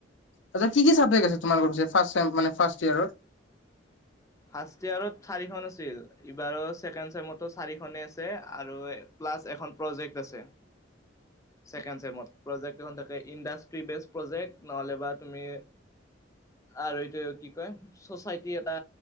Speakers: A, on the left; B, on the left.
A: আচ্ছা, কি কি চাবজেক্ট আছে তোমালোকৰ ফাৰ্ষ্ট চেম, মানে ফাৰ্ষ্ট ইয়েৰত।
B: ফাৰ্ষ্ট ইয়েৰট চাৰিখন আছিল, এইবাৰ ছেকেণ্ড চেমতো চাৰিখনে আছে। আৰু প্লাছ এখন প্ৰজেক্ট আছে।
A: <inaudible>
B: ছেকেণ্ড চেমত, প্ৰজেক্ট এখন থাকে। ইণ্ডাষ্ট্ৰীজ প্ৰজেক্ট, নহ'লেবা তুমি আৰু এইটো কি কয়, চচাইটি এটা